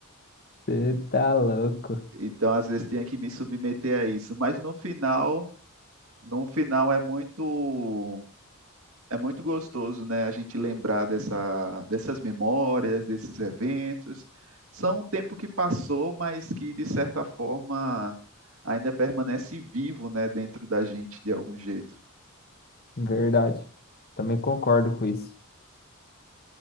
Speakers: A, on the left; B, on the right.
A: Você tá louco.
B: Então, às vezes, tinha que me submeter a isso. Mas no final, no final é muito. É muito gostoso, né, a gente lembrar dessa, dessas memórias, desses eventos. São um tempo que passou, mas que, de certa forma, ainda permanece vivo, né, dentro da gente de algum jeito.
A: Verdade. Também concordo com isso.